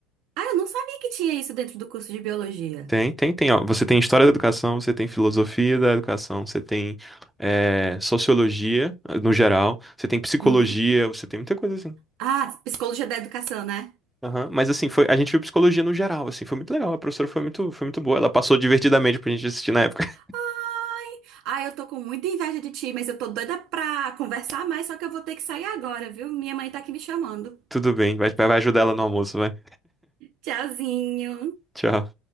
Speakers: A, on the right; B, in the centre.
A: ah, eu não sabia que tinha isso dentro do curso de biologia.
B: Tem, tem, tem. ó. Você tem história da educação, você tem filosofia da educação, você tem eh, sociologia eh, no geral, você tem psicologia,
A: Uhum.
B: você tem muita coisa assim.
A: Ah, psicologia da educação, né?
B: Aham, Mas assim, foi, a gente viu psicologia no geral, assim, foi muito legal. A professora foi muito, foi muito boa. Ela passou divertidamente pra gente assistir na época. <laughs>
A: Ai, ai, eu tô com muita inveja de ti, mas eu tô doida pra conversar mais, só que eu vou ter que sair agora, viu? Minha mãe tá aqui me chamando.
B: Tudo bem, vai, vai ajudar ela no almoço, vai.
A: Tchauzinho.
B: Tchau.